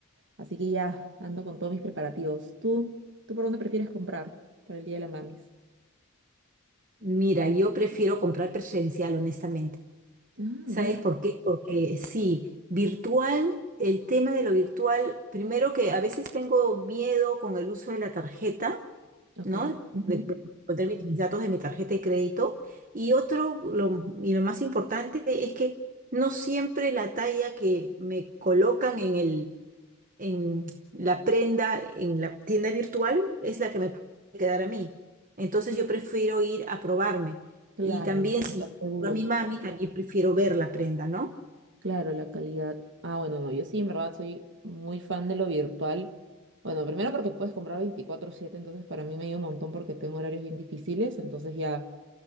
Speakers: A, on the right (about 55°); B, on the right (about 40°).
A: Así que ya ando con todos mis preparativos. ¿Tú, tú por dónde prefieres comprar por el Día de la Mamis?
B: Mira, yo prefiero comprar presencial, honestamente.
A: Ah,
B: ¿Sabes
A: mira,
B: por qué? Porque sí, virtual, el tema de lo virtual, primero que a veces tengo miedo con el uso de la tarjeta,
A: ok.
B: ¿no?
A: ujú,
B: De, de poner mis, mis datos de mi tarjeta de crédito. Y otro, lo, y lo más importante es que no siempre la talla que me colocan en el en la prenda, en la tienda virtual, es la que me puede quedar a mí. Entonces yo prefiero ir a probarme.
A: Claro,
B: Y también si
A: estar
B: yo
A: segura.
B: compro a mi mami, también prefiero ver la prenda, ¿no?
A: Claro, la calidad. Ah, bueno, no, yo sí, en verdad, soy muy fan de lo virtual. Bueno, primero porque puedes comprar veinticuatro siete, entonces para mí me ayuda un montón porque tengo horarios bien difíciles, entonces ya